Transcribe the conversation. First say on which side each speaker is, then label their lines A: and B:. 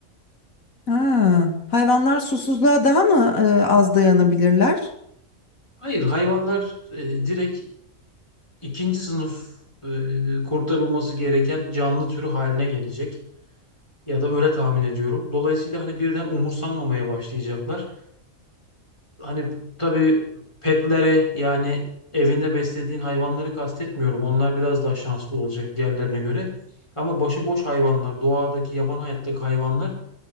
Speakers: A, on the left; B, on the left.
A: Ha, hayvanlar susuzluğa daha mı e, az dayanabilirler?
B: Hayır, hayvanlar e, direkt ikinci sınıf e, kurtarılması gereken canlı türü haline gelecek ya da öyle tahmin ediyorum. Dolayısıyla hani birden umursanmamaya başlayacaklar. Hani tabii petleri yani evinde beslediğin hayvanları kastetmiyorum. Onlar biraz daha şanslı olacak diğerlerine göre. Ama başıboş hayvanlar, doğadaki, yaban hayattaki hayvanlar